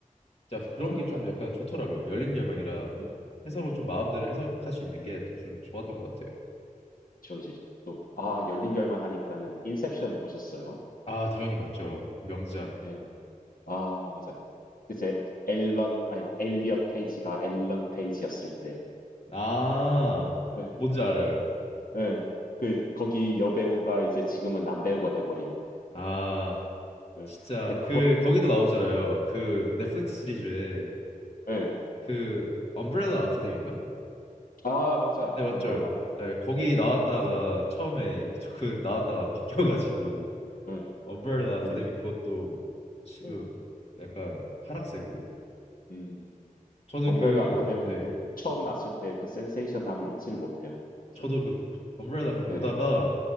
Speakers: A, on the left (about 45°); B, on the left (about 85°).
A: 자, 그런
B: 그러니까요.
A: 게 좀 약간 좋더라고요. 열린 결말이라
B: 음,
A: 해석을
B: 음.
A: 좀 마음대로 해석할 수 있는 게 좀 좋았던 것 같아요.
B: 저 이제 또, 아, 열린 결말 하니까는 인셉션 보셨어요?
A: 아, 당연히 봤죠. 명작.
B: 예. 아, 맞아. 그제 앨런, 아니, 엘리엇 페이지가 앨런 페이지였을 때.
A: 아,
B: 예,
A: 뭔지 알아요.
B: 예. 그, 거기 여배우가 이제 지금은 남배우가 돼버린.
A: 아,
B: 예.
A: 진짜
B: 근데 그것도,
A: 그 거기도 나오잖아요. 그 넷플릭스
B: 예,
A: 시리즈에
B: 예.
A: 그 엄브렐라 아카데미인가?
B: 아 맞아.
A: 네, 맞죠.
B: 엄브렐라 아카데미.
A: 네, 거기
B: 예.
A: 나왔다가
B: 그
A: 처음에
B: 네.
A: 그 나왔다가 <laughs> 바뀌어가지고
B: 예.
A: 엄브렐라 아카데미
B: 그
A: 그것도 지금
B: 예.
A: 약간 하락세고
B: 음. 음.
A: 저는
B: 엄브렐라
A: 그네
B: 아카데미도 처음 났을 때 그 센세이션함을 잊지를 못해요. 맞아.
A: 저도 그 엄브렐라 그 보다가
B: 네네.